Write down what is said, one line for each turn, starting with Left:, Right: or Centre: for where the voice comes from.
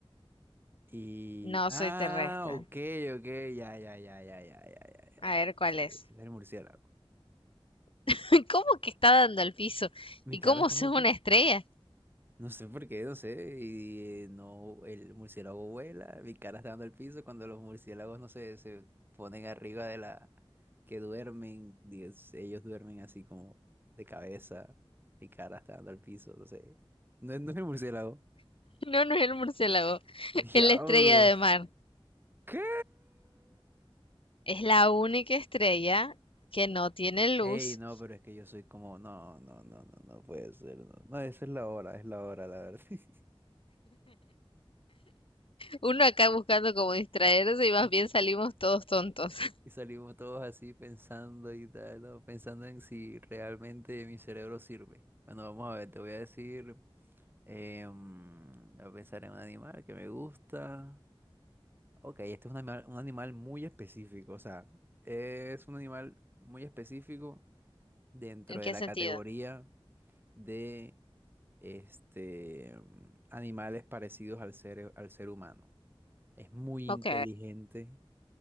Right: y...
Left: no
Right: Ah,
Left: soy terrestre.
Right: ok, ok, ya, ya, ya, ya, ya, ya, ya, ya,
Left: A
Right: ya. ya,
Left: ver cuál
Right: Ese
Left: es.
Right: ese es el murciélago.
Left: <laughs> ¿Cómo que está dando al piso?
Right: Mi
Left: ¿Y
Right: cara
Left: cómo
Right: está
Left: es
Right: dando
Left: una
Right: al piso.
Left: estrella? <laughs>
Right: No sé por qué, no sé. Y eh, no, el murciélago vuela, mi cara está dando el piso cuando los murciélagos, no sé, se ponen arriba de la que duermen. Dios, ellos duermen así como de cabeza. Mi cara está dando el piso, no sé. No, es- no es el murciélago.
Left: No, no es el murciélago,
Right: Diablos.
Left: <laughs> es la estrella de mar.
Right: ¿Qué?
Left: Es la única estrella que no tiene luz.
Right: Ey, no, pero es que yo soy como, no, no, no, no, no puede ser. No, no, esa es la hora, es la hora, la verdad. <laughs>
Left: Uno acá buscando como distraerse y más bien salimos todos tontos. <laughs>
Right: Y salimos todos así pensando y tal, ¿no? Pensando en si realmente mi cerebro sirve. Bueno, vamos a ver, te voy a decir, em, voy a pensar en un animal que me gusta. Ok, este es un animal, un animal muy específico, o sea, es un animal muy específico dentro
Left: ¿En qué
Right: de la
Left: sentido?
Right: categoría de este, em, animales parecidos al ser, al ser humano. Es muy
Left: Ok.
Right: inteligente,